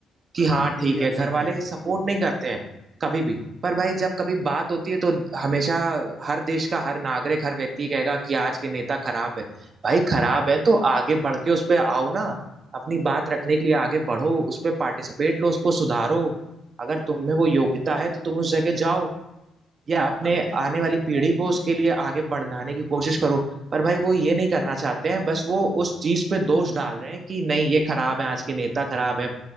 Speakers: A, on the right; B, in the centre.
A: कि
B: हाँ
A: हाँ
B: ये
A: ठीक
B: भी आप
A: है
B: सही
A: घर वाले
B: कह रहे हो
A: सपोर्ट नहीं करते हैं कभी भी पर भाई जब कभी बात होती है तो हमेशा हर देश का हर नागरिक हर व्यक्ति कहेगा कि आज के नेता खराब है भाई खराब है तो आगे बढ़ के उस पर आओ ना अपनी बात रखने के लिए आगे बढ़ो उस पर पार्टिसिपेट लो उसको सुधारो अगर तुम में वो योग्यता है तो तुम उस जगह जाओ या अपने
B: हाँ बिल्कुल
A: आने वाली पीढ़ी को उसके लिए आगे बढ़ाने की कोशिश करो पर भाई वो ये नहीं करना चाहते हैं बस वो उस चीज पे दोष डाल रहे हैं कि नहीं ये खराब है आज के नेता खराब है